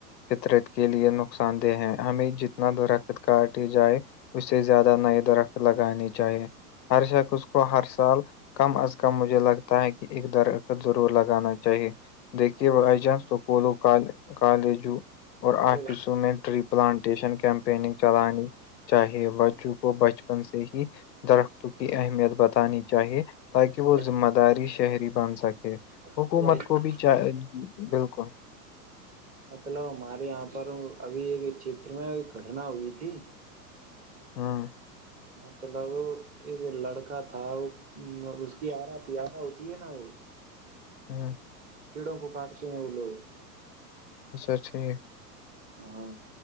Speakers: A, on the left; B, on the right.
A: فطرت کے لیے نقصان دہ ہیں ہمیں جتنا درا کاٹی جائے اسے زیادہ نئی درخت لگانی چاہیے ہر شخص اس کو ہر سال کم از کم مجھے لگتا ہے کہ ایک درت ضرور لگانا چاہیے دیکھیے
B: ہلو
A: وہ جان سپولوںال کالجوں اور
B: ارے
A: آفسوں میں ٹری پلانٹیشن کیمپیننگ چلانی چاہے وج کو بچپن سے ہی درختوں کی اہمیت بتانی چاہیے تاکہ
B: ہلو
A: وہ ذمہ داری شہری بن سکے
B: بھائی
A: حکومت
B: جان،
A: کو بھی چاہ بالکل
B: مطلب ہمارے یہاں پر ابھی ایک چتر میں گٹنا ہوئی تھی
A: ہاں
B: مطلب ایک لڑکا تھا وہ اس کی آرا تارا ہوتی ہے نا وہ
A: ہاں
B: پڑوں کو کاٹ کے نہیں اولو
A: اچا ٹھیک
B: ہاں